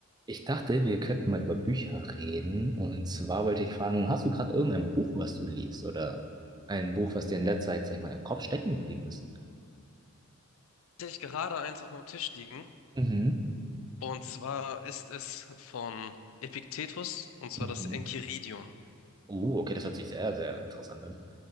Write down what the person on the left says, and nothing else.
tatsächlich gerade eins auf meinem Tisch liegen.
Und zwar ist es von Epiktetus, und zwar
das Enchiridion.